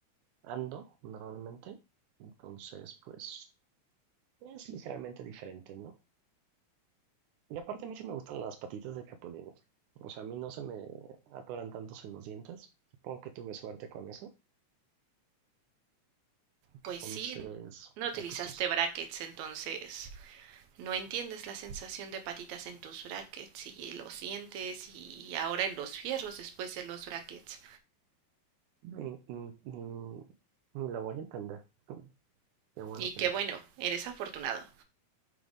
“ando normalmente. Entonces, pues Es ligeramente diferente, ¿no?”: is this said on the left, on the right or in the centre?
Right